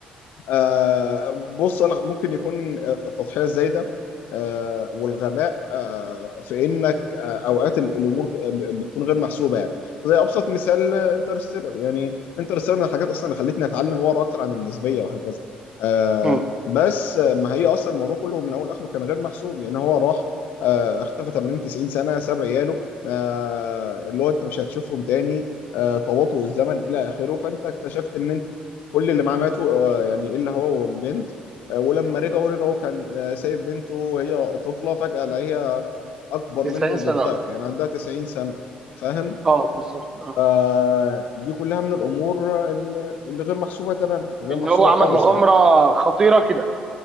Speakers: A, on the left; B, on the right.
A: آه، بص أنا ممكن يكون آه، التضحية الزايدة آه، والغباء آه، في انك آه، اوقات ال- الامور ك- ب- بتكون غير محسوبه يعني زي ابسط مثال آه، انترستيلر يعني انترستيلر من الحاجات اصلا اللي خلتني اتعلم واقرا اكتر عن النسبيه وهكذا آه،
B: مم.
A: بس آه، ما هي اصلا الموضوع كله من اول لاخره كان غير محسوب يعني هو راح آه، اختفى 80 90 سنه ساب عياله آه، اللي هو انت مش هتشوفهم تاني آه، تباطؤ الزمن الى اخره فانت اكتشفت ان انت كل اللي معاه ماتوا آه، يعني الا هو والبنت آه، ولما رجعوا
B: مم.
A: رجعوا كان آه، سايب بنته وهي طفله فجاه لقيها اكبر
B: 90
A: منه بالضعف
B: سنه ولا حاجه
A: يعني عندها 90 سنه فاهم
B: اه بالظبط اه
A: فدي كلها من الامور اللي اللي غير محسوبه تمام غير
B: ان
A: محسوبه
B: هو عمل
A: خالص
B: مغامره
A: يعني
B: خطيره كده